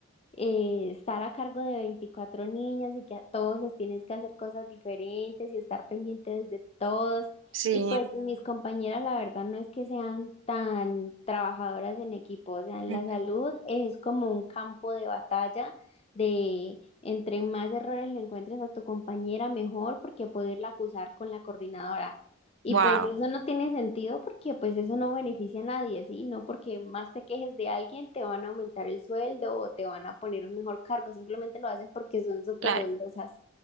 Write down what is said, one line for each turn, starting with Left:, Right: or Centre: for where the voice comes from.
Left: eh, estar a cargo de 24 niños y que a todos les tienes que hacer cosas diferentes y estar pendientes de todos.
Right: Sí.
Left: Y pues Sí. mis compañeras, la verdad, no es que sean tan trabajadoras en equipo, o sea, en
Right: Ujú.
Left: la salud es como un campo de batalla de entre más errores le encuentres a tu compañera, mejor, porque poderla acusar con la coordinadora. Y
Right: Wow,
Left: pues eso no tiene sentido porque pues eso no beneficia a nadie, ¿sí? No porque más te quejes de alguien te van a aumentar el sueldo o te van a poner un mejor cargo, simplemente lo hacen porque son súper
Right: claro.
Left: odiosas.